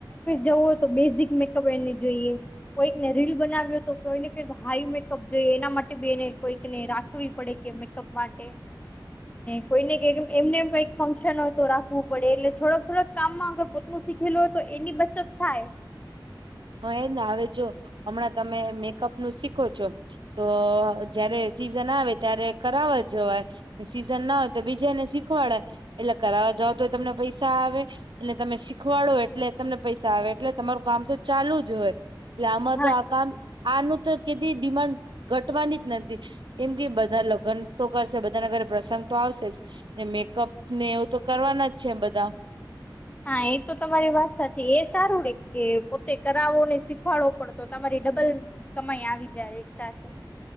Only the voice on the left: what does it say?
જવઓ તો બેઝિક મેકઅપ એને જોઈએ. કોઈકને રીલ બનાવ્યો તો કોઈને કે હાઈ મેકઅપ જોઈએ એના માટે બેને કોઈકને રાખ પડે કે મેકઅપ માટે કોઈને એમને. કઈક ફંક્શન હોય તો રાખવું પડે એટલે થોડાક થોડાક કામમાં અગર પોતનું શીખેલું હોય તો એની બચત થાય.
હા
હા એ તો તમારી વાત સાચી એ સારું ે કે પોતે કરાવો ને શીખવાડવો પડતો તમારી ડબલ. કમાઈ આવી જાય એક સાથે.